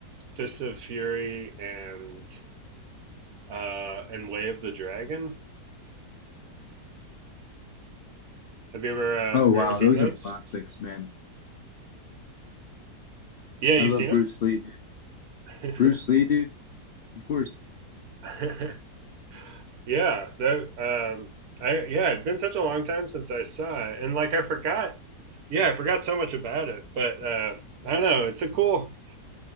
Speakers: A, on the right; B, on the left.
A: Fist of Fury and, uh, and Way of the Dragon. Have you ever uh,
B: Oh
A: have
B: wow,
A: you ever seen
B: those
A: those?
B: are classics, man.
A: Yeah, you've
B: I love
A: seen
B: Bruce Lee, dude.
A: them.
B: Bruce Lee, dude, of course.
A: <laughs> yeah, that um, I yeah, it's been such a long time since I saw it, and like I forgot. Yeah, I forgot so much about it, but uh, I don't know. It's a cool